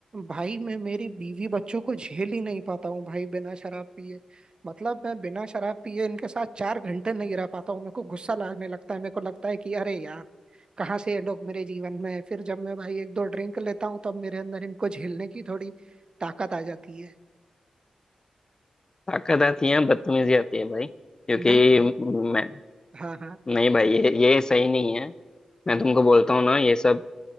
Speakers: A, on the right; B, on the left.
A: भाई मैं मेरी बीवी बच्चों को झेल ही नहीं पाता हूँ भाई बिना शराब पिए मतलब मैं बिना शराब पिए इनके साथ चार घंटे नहीं रह पाता हूँ मेरे को गुस्सा लगने लगता है मेरे को लगता है कि अरे यार कहाँ से ये लोग मेरे जीवन में है फिर जब मैं भाई एक दो ड्रिंक लेता हूँ तब मेरे अंदर इनको झेलने की थोड़ी ताकत आ जाती है
B: ताकत आती है बदतमीजी आती है भाई क्योंकि
A: नहीं भाई
B: मैं
A: हाँ हाँ
B: नहीं भाई ये ये सही नहीं है मैं तुमको बोलता हूँ ना ये सब